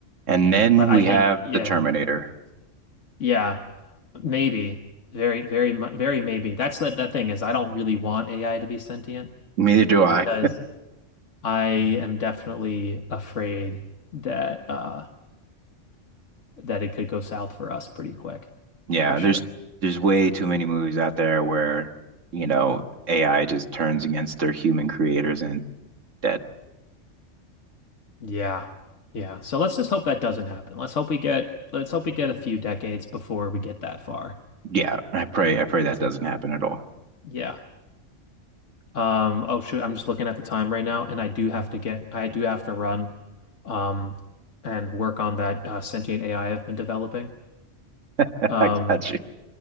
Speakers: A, on the right; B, on the left.
A: And then
B: But I
A: we
B: think,
A: have
B: yeah,
A: the Terminator.
B: yeah, maybe, very, very, mu- very maybe. That's the that thing is, I don't really want AI to be sentient
A: Neither do I.
B: because I am definitely afraid that uh that it could go south for us pretty quick,
A: Yeah,
B: for sure.
A: there's there's way too many movies out there where, you know, AI just turns against their human creators and that
B: Yeah, yeah. So let's just hope that doesn't happen. Let's hope we get let's hope we get a few decades before we get that far.
A: yeah, I pray I pray that doesn't happen at all.
B: Yeah. Um, oh shoot, I'm just looking at the time right now, and I do have to get, I do have to run, um, and work on that uh, sentient AI I've been developing.
A: <laughs>
B: Um,
A: I got you.